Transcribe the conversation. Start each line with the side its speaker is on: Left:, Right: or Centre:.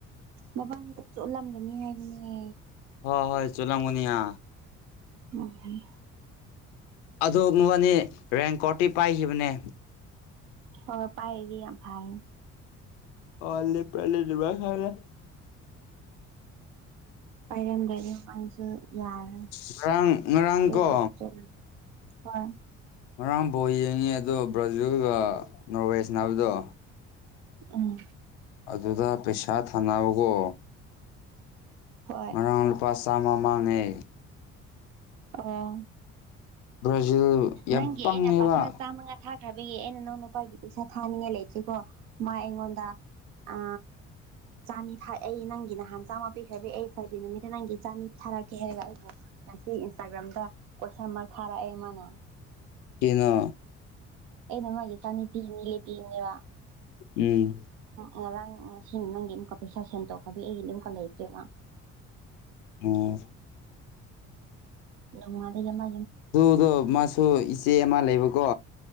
Right: ꯃꯕꯥꯅꯤꯗ ꯆꯣꯠꯂꯝꯒꯅꯤ ꯍꯥꯏꯕꯅꯦ
Left: ꯍꯣꯏ ꯍꯣꯏ ꯆꯂꯪꯒꯅꯌꯥ
Right: ꯎꯝ
Left: ꯑꯗꯨꯣꯛꯅꯨꯅꯤ ꯔꯦꯡ ꯀꯣꯔꯣꯠꯇꯤ ꯄꯥꯏꯈꯤꯕꯅꯦ
Right: ꯑꯣ ꯄꯥꯏꯒꯚꯥꯏ
Left: ꯑꯂꯦ ꯄꯔꯂꯦ ꯑꯗꯨ ꯈꯥꯏꯂ
Right: ꯄꯥꯏꯔꯗꯗꯤ ꯃꯁꯨ ꯌꯥꯔ
Left: ꯉꯔꯥꯡ ꯉꯔꯥꯡꯀꯣ
Right: ꯍꯣꯏ
Left: ꯉꯔꯥꯡ ꯐꯕꯣ ꯌꯦꯡꯉꯤ ꯑꯗꯣ ꯕ꯭ꯔꯥꯖꯤꯜꯒ ꯅꯣꯔꯋꯦꯁ ꯕꯗꯣ
Right: ꯑꯣ
Left: ꯑꯗꯨꯗ ꯄꯩꯁꯥ ꯊꯥꯅꯧꯒꯣ
Right: ꯍꯣꯏ
Left: ꯉꯥꯡ ꯂꯨꯄꯥ ꯁ ꯃ ꯃꯥꯡꯉꯦ
Right: ꯑꯣ
Left: ꯕ꯭ꯔꯥꯖꯤꯜ ꯌꯥꯝ
Right: ꯅꯪꯒꯤ
Left: ꯄꯪꯉꯦꯕ
Right: ꯑꯩꯅ ꯄꯁꯥ ꯆꯥꯝꯃꯉꯥ ꯊꯥ ꯍꯥꯏꯕꯒꯤ ꯑꯩꯅ ꯅꯅꯥꯎꯅ ꯅꯨꯄꯥꯒꯤ ꯄꯩꯁꯥ ꯊꯥꯅꯤꯡꯉꯥꯏ ꯂꯩꯇ꯭ꯔꯤꯀꯣ ꯃꯥ ꯑꯩꯉꯣꯟꯗ ꯑ ꯆꯥꯅꯤ ꯊ ꯑꯩ ꯅꯪꯒꯤ ꯅꯍꯥꯟ ꯆꯥꯝꯃ ꯄꯤꯈ꯭ꯔꯕꯤ ꯑꯩ ꯐ꯭ꯔꯥꯏꯗꯦ ꯅꯨꯃꯤꯠꯇ ꯅꯪꯒꯤ ꯆꯥꯅꯤ ꯊꯥꯔꯛꯀꯦ ꯍꯥꯏꯔꯒ ꯑꯩꯕꯨ ꯉꯁꯤ ꯏꯟꯁꯇꯥꯒ꯭ꯔꯥꯝꯗ ꯀꯣꯏꯁꯟ ꯑꯃ ꯊꯥꯔꯛꯑꯦ ꯃꯥꯅ
Left: ꯀꯩꯅ
Right: ꯑꯦ ꯅ ꯃꯥꯒꯤꯦ ꯆꯅꯤ ꯇꯤꯅꯤꯂꯦ ꯇꯤꯅꯤ ꯋꯥ
Left: ꯎꯝ
Right: ꯉꯔꯥꯡ ꯉꯁꯤ ꯅꯪꯒꯤ ꯑꯃꯨꯛꯀ ꯄꯩꯁꯥ ꯁꯦꯟ ꯇꯧꯈ꯭ꯔꯕꯤ ꯑꯩꯒꯤ ꯑꯃꯨꯛꯀ ꯂꯩꯇ꯭ꯔꯦꯕ
Left: ꯑꯣꯝ
Right: ꯃꯥ ꯃꯥ
Left: ꯑꯗꯨꯗꯣ ꯃꯥꯁꯨ ꯏꯆꯦ ꯑꯃ ꯂꯩꯕꯀꯣ